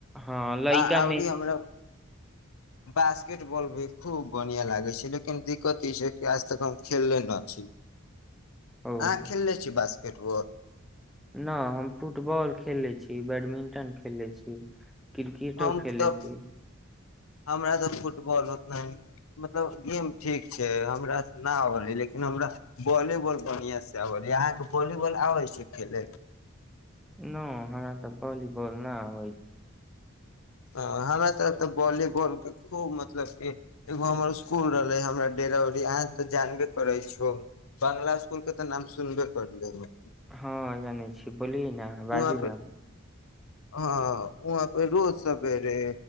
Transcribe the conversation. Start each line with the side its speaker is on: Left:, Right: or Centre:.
Centre: हँ लइका
Left: आ अवरी
Centre: मे
Left: हमरा बास्केटबॉल भी खूब बढ़िआँ लागै छै लेकिन दिक्कत ई छै कि आज तक हम खेलले न छी अहा
Centre: ओ
Left: खेलले छी बास केटबाल
Centre: न हम फुटबॉल खेलले छी बैडमिंटन खेले छी क्रिकेटो
Left: हम
Centre: खेलै
Left: तब
Centre: छी
Left: हमरा तऽ फुट फुटबॉल उतना मतलब गेम ठीक छै हमरा न आबैल लेकिन हमरा वॉलीबॉल बढ़िआँसँ आबैै अहाँके वॉलीबॉल आबै छै खेलय
Centre: न हमरा तऽ वॉलीबॉल न आ
Left: ह हम एत तऽ वॉलीबॉल खुब मतलब की एगो हमर स्कूल रहलय हमर डेरा उरी अहाँ तऽ जानबे करय छु बंग्ला स्कूल के तऽ नाम सुनबे करलिए न
Centre: हँ जानै छी बोलिय न बाजू
Left: वहाँ पे
Centre: ने
Left: हँ वहा पे रोज सवेरे